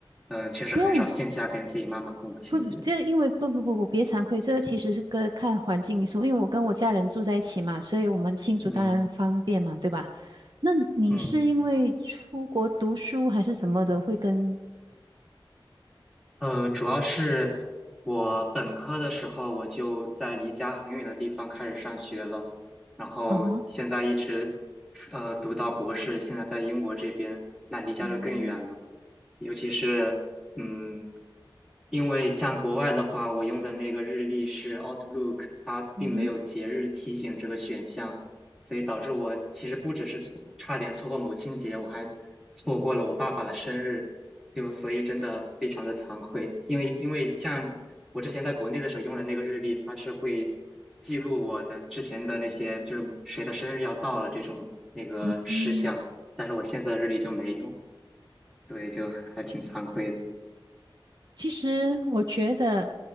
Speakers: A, in the centre; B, on the right.
A: 嗯、呃确实很少线下跟自己妈妈过母亲节，
B: 不用不，这因为不不不不，别惭愧，这个其实是个看环境因素。因为我跟我家人住在一起嘛，所以我们庆祝当然方便嘛，
A: 嗯
B: 对吧？那你是因为出国读书还是什么的，
A: 嗯。
B: 会跟
A: 呃，主要是我本科的时候我就在离家很远的地方开始上学了，然后现在一直
B: 啊哈
A: 呃读到博士，现在在英国这边，那离家就更远了。
B: 嗯
A: 尤其是嗯，因为像国外的话，我用的那个日历是 Outlook，它并没有节日提醒这个选项，
B: 嗯哼
A: 所以导致我其实不只是错，差点错过母亲节，我还错过了我爸爸的生日，就所以真的非常的惭愧，因为因为像我之前在国内的时候用的那个日历，它是会记录我的之前的那些，就是谁的生日要到了这种那个事项，
B: 嗯，
A: 但是我现在的日历就没有，对，就还挺惭愧的。
B: 其实我觉得